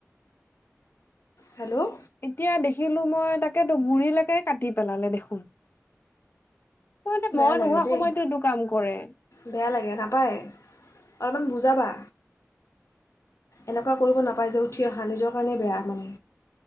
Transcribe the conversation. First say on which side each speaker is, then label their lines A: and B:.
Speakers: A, on the left (about 85°); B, on the left (about 45°).
A: হেল্ল'
B: এতিয়া দেখিলো মই তাক গুৰিলৈকে কাটি পেলালে দেখোন। তাৰমানে
A: বেয়া
B: মই নোহোৱা
A: লাগে দেই
B: সময়তো এইটো কাম কৰে
A: বেয়া লাগে নাপায় অলপমান বুজ যাবা এনেকুৱা কৰিব নাপায় যে উঠি অহা নিজৰ কাৰণেই বেয়া মানে